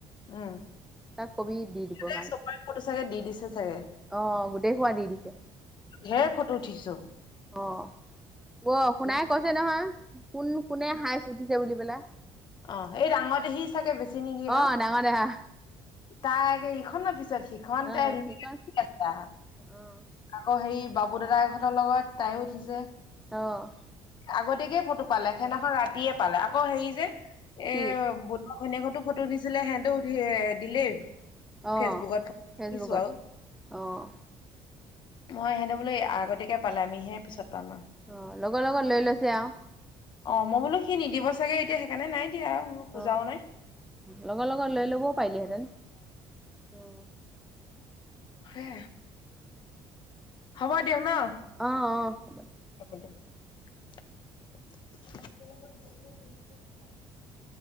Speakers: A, on the left (about 50°); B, in the centre.
A: উম।
B: তাক কবি দিব
A: এ
B: কাৰণে।
A: চবৰে ফটো চাগে দি দিছে চাগে,
B: অ' গোটেই খোপা দি দিছে?
A: ঢেৰ ফটো উঠিছো।
B: অ'। অ' শুনাই
A: এ
B: কৈছে নহয়, কোন কোনে হায়েচ উঠিছে বুলি পেলাই।
A: অ' এই ডাঙতে আহি চাগে বেছি নেকি
B: অঁ
A: আকৌ।
B: ডাঙৰ দেহা
A: তাৰ আগে এইখন নে পিছত? সিখনতে
B: অঁ সিকণ
A: আছা
B: অঁ
A: আকৌ হেৰি বাবু দাদাহঁতৰ লগত তাইয়ো উঠিছে।
B: অ'।
A: আগতিয়াকে ফটো পালে, সেদিনাখন ৰাতিয়ে পালে আকৌ হেৰি যে এ,
B: কি
A: বট ভইনিয়েকতো ফটো দিছিলে সিহঁতেও উঠি দিলেই।
B: অঁ
A: ফেচবুকত
B: ফেচবুকত
A: দেখিছোঁ আৰু।
B: অঁ
A: মই সিহঁতে বোলো আগতিয়াকে পালে, আমিহে পিছত পাম আৰু।
B: অ' লগে লগত লৈ লৈছে আৰু।
A: অ' মই বোলো সি নিদিব চাগে এতিয়া সেইকাৰণে নাই। সেয়া মই খোজাও
B: অঁ
A: নাই।
B: লগৰ লগত লৈ ল'বও পাৰিলিহেঁতেন অঁ
A: হে হ'ব দিয়ক ন'?
B: অ', অ'।
A: <unintelligible> <unintelligible>